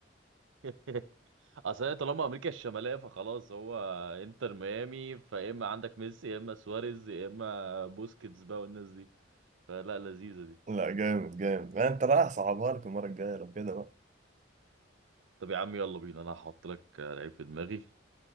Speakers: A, on the right; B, on the right.
A: <laughs> اصل هي طالما امريكا الشماليه فخلاص هو انتر ميامي فيا اما عندك ميسي يا اما سواريز يا اما بوسكيتس بقى والناس دي فلا لذيذه دي
B: لا جامد جامد ما انت رايح صعبها لك المرة الجاية لو كده بقى
A: طب يا عم يلا بينا انا هحط لك لعيب في دماغي